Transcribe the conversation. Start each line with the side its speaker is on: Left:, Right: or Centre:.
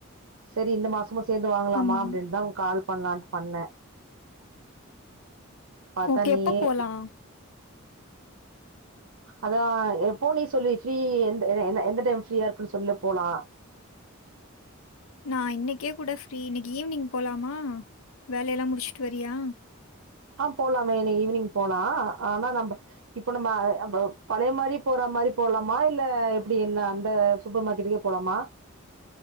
Right: செரி இந்த மாசமு சேந்து வாங்கலாமா
Left: ஆமா.
Right: அப்டின்தா கால் பண்லான்ட்டு பண்ண பாத்தா
Left: ஓகே.
Right: நீயே
Left: எப்போ போலாம்?
Right: அதா எப்பூ நீ சொல்லி ஃப்ரீ எந் என்ன என்ன எந்த டைம் ஃப்ரீயா இருக்குன் சொல்லு போலா
Left: நா இன்னேக்கே கூட ஃப்ரீ இன்னிக்கு ஈவினிங் போலாமா வேலையெல்லா முடிச்ட்டு வரியா
Right: ஆ போலாமே என்ன ஈவினிங் போலா ஆனா நம்ப இப்ப நம்ம ப பழைய மாரி போற மாரி போலாமா இல்ல எப்படி என்ன அந்த சூப்பர் மார்கெட்டுக்கே போலமா